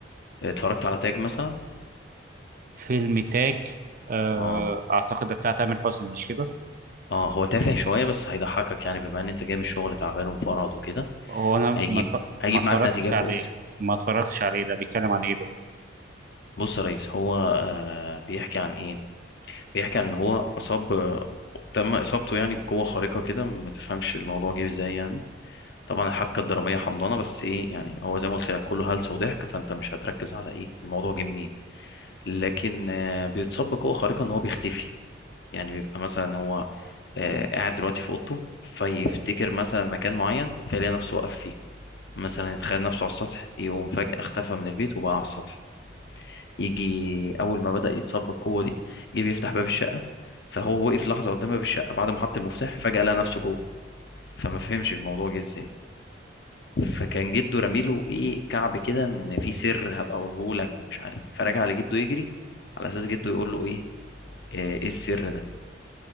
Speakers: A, on the left (about 60°); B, on the right (about 45°).
A: اتفرجت على تاج مثلا
B: فيلم تاج أه
A: اه
B: أعتقد ده بتاع تامر حسني مش كده
A: اه هو تافه شوية بس هيضحكك يعني بما ان انت جاي من الشغل تعبان ومفرهد وكده
B: هو أنا
A: هيجيب
B: ما أتف-
A: هيجيب
B: ما اتفرجتش
A: معاك نتيجة كويسة
B: عليه ما اتفرجتش عليه ده بيتكلم عن إيه ده
A: بص يا ريس هو آه بيحكي عن ايه بيحكي عن ان هو اصاب تم اصابته يعني بقوة خارقة كده ما تفهمش الموضوع جه ازاي يعني طبعا الحبكه الدراميه حمضانه بس ايه يعني هو زي ما قلت لك كله هلس وضحك فانت مش هتركز على ايه الموضوع جه منين لكن آه، بيتصاب بقوه خارقه ان هو بيختفي يعني بيبقى مثلا هو آه، قاعد دلوقتي في اوضته فيفتكر مثلا مكان معين فيلاقي نفسه واقف فيه مثلا يتخيل نفسه على السطح يقوم فجأة اختفى من البيت وبقى على السطح يجي أول ما بدأ يتصاب بالقوة دي جه بيفتح باب الشقة فهو وقف لحظة قدام باب الشقة بعد ما حط المفتاح فجأة لقى نفسه جوه فما فهمش الموضوع جه ازاي فكان جده رميله ايه كعب كده ان في سر هبقى اقوله لك ومش عارف فرجع لجده يجري على اساس جده يقول له ايه ايه إيه السر ده